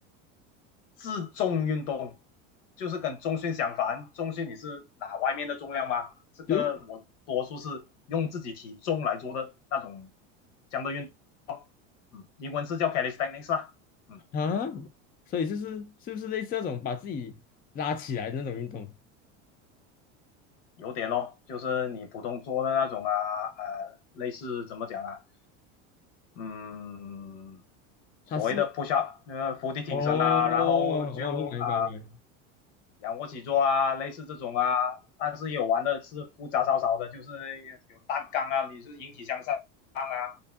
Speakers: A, on the left; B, on the left.
A: 自重运动，就是跟中训相反，中训你是拿外面的重量吗？这个我多数是用自己体重来做的那种
B: 对哦
A: 这样的运动，嗯，英文是叫 calisthenics 啦，嗯，
B: 啊，所以就是是不是类似那种把自己拉起来的那种运动？
A: 有点咯，就是你普通做的那种啊，呃，类似怎么讲啊，嗯，
B: 它是
A: 所谓的 push up，呃，伏地挺身啊，
B: 哦哦，
A: 然后就啊、
B: 明白明白明白，
A: 仰卧起坐啊，类似这种啊，但是也有玩的是复杂少少的，就是有单杠啊，你是引体向上啊，